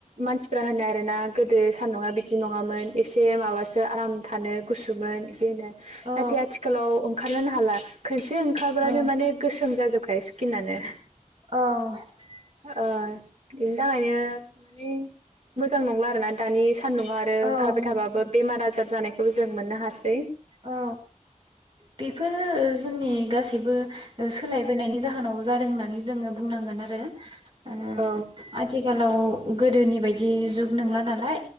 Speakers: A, on the right; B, on the right.
A: मानसिफ्रा होनो आरोना गोदो सान्दुङा बिदि नङामोन एसे माबासो आराम थानो गुसुमोन बेनो
B: औ
A: नाथाय आथिखालाव ओं खारलानो हाला खोनसे ओंखारब्लानो
B: औ
A: माने गोसोम जाजोबखायो स्किनानो
B: औ
A: अ बेनि थाखायनो ने मोजां नंला आ दानि सान्दुङा आरो
B: औ
A: ओंखारबाय
B: औ
A: थाबाबो बेमारा ज <unintelligible> खौ जों मोननो हासै
B: औ बेफोरो जोंनि गासैबो ओ सोलायबोनायनि जाहोनावबो जादों होननानै जोङो बुंनांगोन आरो उम
A: औ
B: आथिखालाव गोदोनि बायदि जुग नोंला नालाय